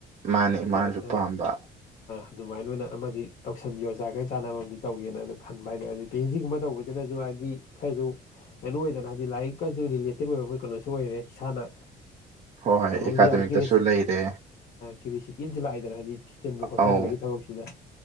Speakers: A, on the right; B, on the left.
A: ꯃꯥꯅꯤ
B: ꯍꯧ
A: ꯃꯥꯅꯁꯨ
B: ꯌꯥ ꯑ
A: ꯄꯥꯝꯕ
B: ꯑꯗꯨꯃꯥꯏꯅ ꯑꯣꯏꯅ ꯑꯃꯗꯤ ꯇꯧꯁꯟꯒꯦ ꯑꯣꯖꯥꯒ ꯆꯥꯟꯅꯕ ꯑꯃꯗꯤ ꯇꯧꯒꯦꯅ ꯑꯩꯅ ꯈꯟꯕ ꯍꯥꯏꯗ ꯑꯗꯩ ꯄꯦꯍꯩꯁꯗꯤꯒꯨꯝꯕ ꯇꯧꯕꯁꯤꯅꯁꯨ ꯍꯥꯏꯗꯤ ꯈꯔꯁꯨ ꯀꯩꯅꯣ ꯑꯣꯏꯗꯅ ꯍꯥꯏꯗꯤ ꯂꯥꯏꯔꯤꯛꯀꯔꯁꯨ ꯔꯤꯂꯦꯇꯦꯠ ꯑꯣꯏꯕ ꯀꯩꯅꯣꯁꯨ ꯑꯣꯏꯔꯦ ꯏꯁꯥꯅ
A: ꯍꯣꯏ ꯍꯣꯏ
B: ꯀꯩꯅꯣꯝꯗꯤ
A: ꯑꯦꯀꯥꯗꯃꯤꯛꯇꯁꯨ
B: ꯑꯔꯀꯨꯁꯤ
A: ꯂꯩꯔꯦ
B: ꯀꯦꯔꯨꯁꯤꯇꯤ ꯑꯃꯁꯨ ꯂꯥꯛꯏꯗꯅ ꯍꯥꯏꯗꯤ ꯊꯤꯖꯤꯟꯕ ꯈꯣꯠꯆꯟꯕꯒꯤ
A: ꯑꯧ
B: ꯊꯕꯛꯁꯤꯗ